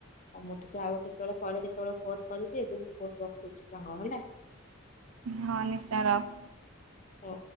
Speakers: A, on the left; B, on the right.
A: ମୁଁ ଟିକେ ଆଉ କେତେବେଳେ ପରେ କେତେବେଳେ ଫୋନ କରିବି ଏବେ ମୁ ଫୋନ ରଖୁଛି ସାଙ୍ଗ ହେଲା।
B: ହଁ ନିଶ୍ଚୟ ରଖ
A: ହଁ